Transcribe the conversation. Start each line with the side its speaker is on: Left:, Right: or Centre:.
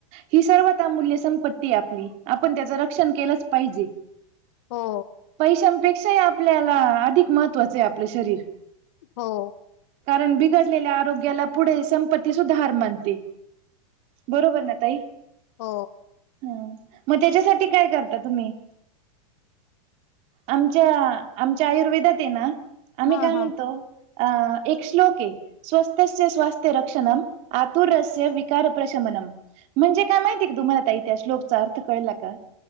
Right: ही सर्वतर अमूल्य संपत्ती आहे आपली आपण त्याचं रक्षण केलंच पाहिजे
Left: हो
Right: पैशांपेक्षाही आपल्याला अधिक महत्त्वाचं आहे आपलं शरीर
Left: हो
Right: कारण बिघडलेल्या आरोग्याला पुढे संपत्ती सुधा हार मानते बरोबर ना ताई
Left: हो
Right: ह मग त्याच्यासाठी काय करता तुम्ही आमच्या आमच्या आयुर्वेदात आहे ना आम्ही
Left: हां
Right: काय
Left: हां
Right: म्हणतो अ एक श्लोक आहे स्वस्त स्वास्थ्य रक्षणम आतुरस विकार प्र्रशमनम म्हणजे काय माहिती आहे का तुम्हाला ताई आता इतिास श्ोकचा अर्थ कळला का